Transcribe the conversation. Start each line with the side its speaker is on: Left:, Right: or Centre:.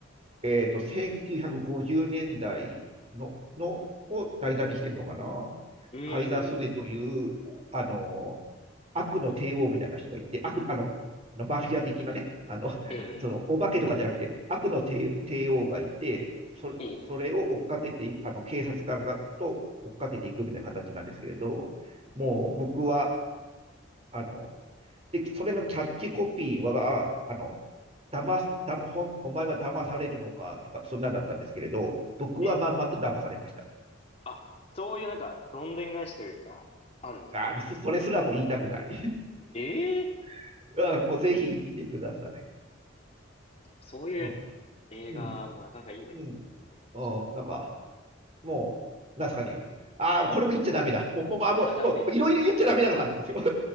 Right: えっと、1950年代の、のを題材にしてるのかな。
Left: うんうんうん。
Right: カイザー・ソゼという、あの、悪の帝王みたいな人がいて、悪、あの、マフィア的なね、あの、<laughs>
Left: ええ。
Right: その、お化けとかじゃなくて、悪の帝、帝王がいて、そ、
Left: ええ。
Right: それを追っかけていく、あの、警察官が、と追っかけていくみたいな形なんですけれど、もう僕は、
Left: ええ。
Right: あの、で、それのキャッチコピーは、あの、騙す、騙、ほん、お前は騙されるのかとか、そんなんだったんですけれど、僕はまんまと騙されました。
Left: ええあ、そういうなんか、どんでん返しというか、あるんですね。
Right: あーそ、それすらも言いたくない。
Left: ええ
Right: <laughs> あーもうぜひ見てください。
Left: やっぱそういう
Right: うん、
Left: 映画もなかなかいいですよね。
Right: うん、うん、
Left: どんでん返し。
Right: うん、なんか、もう、なんすかね。ああ、これも言っちゃダメだ。もう、もう、あ、もう、
Left: あ、ダメ。
Right: もう、いろいろ言っちゃダメなのがあるんですよ。<laughs>